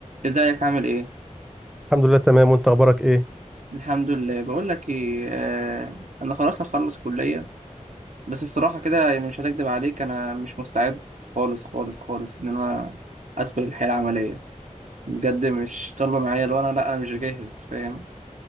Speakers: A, on the right; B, in the centre.
A: ازيك عامل ايه
B: الحمد لله تمام وانت اخبارك ايه
A: الحمد لله بقول لك ايه آه انا خلاص هخلص كليه بس بصراحه كده يعني مش هكدب عليك انا مش مستعد خالص خالص خالص ان انا ادخل الحياه العمليه بجد مش طالبه معايا لو انا لا انا مش جاهز فاهم